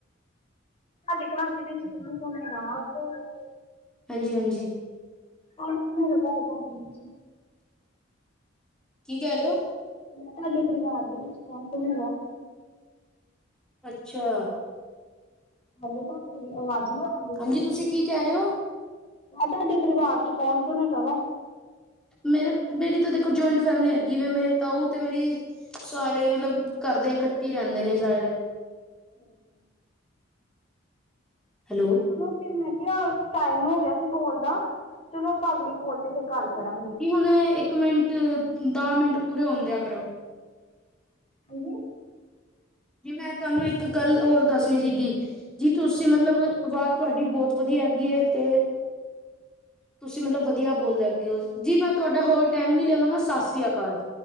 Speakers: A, on the left (about 30°); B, in the centre.
A: ਤਾਡੇ ਘਰ ਦੇ ਵਿੱਚ ਕੌਣ ਕੌਣ ਹੈਗਾ ਵਾ <unintelligible>
B: ਹਾਂਜੀ-ਹਾਂਜੀ
A: <unintelligible> ਦੇ ਘਰ ਦੇ ਵਿਚ ਈ
B: ਕੀ ਕਹਿ ਰੇ ਓ?
A: ਮ ਤੁਹਾਡੇ ਪਰਿਵਾਰ ਦੇ ਵਿੱਚ ਕੌਣ-ਕੌਣ ਹੈਗਾ?
B: ਅੱਛਾ।
A: ਹੱਲ ਤਾਂ <unintelligible> ਆਵਾਜ਼ ਨੀ ਆਉਂਦੀ
B: ਹਾਂਜੀ ਤੁਸੀਂ ਕੀ ਕਹਿ ਰਹੇ ਹੋ
A: ਮੈਂ ਤੁਹਾਡੇ ਪਰਿਵਾਰ ਚ ਕੌਣ-ਕੌਣ ਹੈਗਾ ਵਾ?
B: ਮੇਰੇ ਮੇਰੀ ਤਾਂ ਦੇਖੋ ਜੁਅਇੰਟ ਫੈਮਿਲੀ ਹੈਗੀ ਵੇ ਮੇਰੇ ਤਾਊ ਤੇ ਮੇਰੀ ਸਾਰੇ ਮਤਲਬ ਘਰਦੇ ਇਕੱਠੇ ਰੈਂਦੇ ਨੇ ਸਾਰੇ।
A: <unintelligible>
B: ਹੈਲੋ।
A: ਚਲੋ ਫਿਰ ਮੈਂ ਕਿਆ ਟਾਈਮ ਹੋ ਗਿਆ ਸੀ ਸਕੂਲ ਦਾ। ਚਲੋ, ਆਪਾਂ ਅਗਲੀ ਕੋਲ ਤੇ ਫਿਰ ਗੱਲ ਕਰਾਂਗੇ।
B: ਹੁਨੇ ਇੱਕ ਇੱਕ ਮਿੰਟ ਦਾ ਮਿੰਟ ਪੂਰੇ ਹੋਣ ਦਿਆ ਕਰੋ।
A: ਹੈਂਜੀ?
B: ਜੀ ਮੈਂ ਤੁਹਾਨੂੰ ਇੱਕ ਗੱਲ ਹੋਰ ਦੱਸਣੀ ਸੀਗੀ। ਜੀ ਤੁਸੀਂ ਮਤਲਬ ਆਵਾਜ਼ ਤੁਹਾਡੀ ਬਹੁਤ ਵਧੀਆ ਹੈਗੀ ਏ ਤੇ ਤੁਸੀਂ ਮਤਲਬ ਵਧੀਆ ਬੋਲਦੇ ਓ ਜੀ ਮੈਂ ਤੁਹਾਡਾ ਹੋਰ ਟਾਈਮ ਨੀ ਲਵਾਂਗਾ ਸਤਿ ਸ੍ਰੀ ਅਕਾਲ।